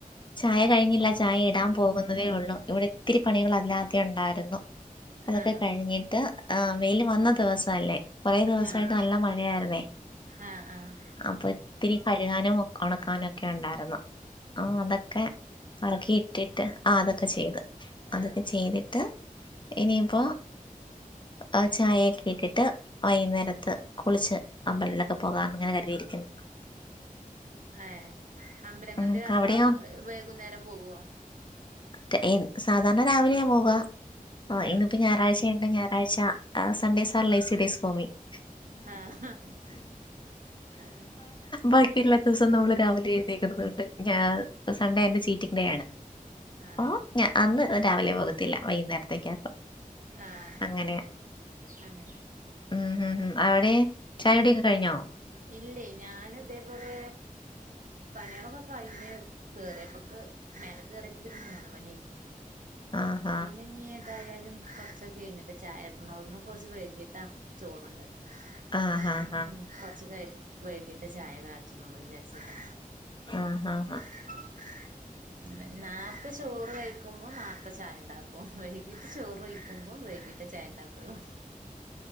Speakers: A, on the left (about 35°); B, on the right (about 65°).
A: ചായ കഴിഞ്ഞില്ല ചായ ഇടാൻ പോകുന്നതേ ഒള്ളൂ ഇവിടെ ഇത്തിരി പണികളാ ല്ലാത്യം ഉണ്ടായിരുന്നു അതൊക്കെ
B: ആഹ്
A: കഴിഞ്ഞിട്ട് ഏഹ് വെയില് വന്ന ദിവസല്ലേ? കൊറേ ദിവസായിട്ട്
B: ആഹ്
A: നല്ല മഴയായിരുന്നേ
B: ആഹ് ആഹ്
A: അപ്പൊ ഒത്തിരി കഴുകാനും ഉണക്കാനൊക്കെ ഒണ്ടായിരുന്നു ആ അതൊക്കെ ഒക്കെ പറക്കിയിട്ടിട്ട് ആ അതൊക്കെ ചെയ്ത് അതൊക്കെ
B: ആഹ്
A: ചെയ്തിട്ട്. ത്ത് ഇനിയിപ്പോ ആ ചായയൊക്കെ ഇട്ടിട്ട്. വൈകുന്നേരത്ത് കുളിച്ച് അമ്പലങ്ങളിലൊക്കെ പോകാന്ന് ഇങ്ങനെ കരുതിയിരിക്കുന്നു.
B: ഏഹേ അമ്പലങ്ങളില്
A: ഉം
B: അപ്പോ
A: അവിടെയോ
B: വൈകുന്നേരം പോവോ?
A: <unintelligible> സാധാരണ രാവിലെയാ പോവാ. ആ
B: ആഹ്
A: ഇന്ന്പ്പോ ഞായറാഴ്ചായോണ്ട് ഞായറാഴ്ച Sundays are lazy days for മി. <inaudible>
B: ആഹ് ആഹ്
A: ബാക്കി എല്ലാ ദിവസവും നമ്മള് രാവിലെ എഴുന്നേക്കുന്നത് കൊണ്ട് ഞാൻ സൺഡേ എന്റെ ചീറ്റിങ് ഡേ ആണ്.
B: ആഹ
A: അപ്പൊ
B: ആ..
A: ഞാ അന്ന് രാവിലെ പോകത്തില്ല വൈകുന്നേരത്തേക്കാക്കും
B: ആഹ്
A: അങ്ങനെയാ
B: അങ്ങനെ
A: ഉം ഉം ഉം അവിടെ ചായൊടിയൊക്കെ കഴിഞ്ഞോ?
B: ഇല്ലേ ഞാനിതേപോലെ പണിയോളൊക്കെ കഴിഞ്ഞ് കേറിയപ്പക് മേലക്ക് കയറിയപ്പൊക് ഒരു മൂന്ന് മണി ആയിക്കുണു
A: ആഹാ
B: അപ്പം പിന്നെ. ഇഞ്ഞ് ഏതായാലും കൊറച്ചൊക്കെ കെഴിഞ്ഞിട്ട് ചായ ഇടുണൊള്ളു ഇന്ന് കൊറച്ച് വൈകിയിട്ടാ ചോറുണ്ടെ
A: ആഹാ
B: അപ്പം
A: ഹാ
B: ഉ കൊറച്ച് ക വൈകിട്ട് ചായ കാച്ചണള്ളൂ വിചാരിച്ചട്ടാ
A: ആഹ ഹഹ ഹ
B: <inaudible> നേർത്തെ ചോറ് കഴിക്കുമ്പോ നേർത്തെ ചായണ്ടാക്കും വൈകിട്ട് ചോറ് വെയ്ക്കുമ്പോ വൈകീട്ടേ ചായണ്ടാകൊള്ളു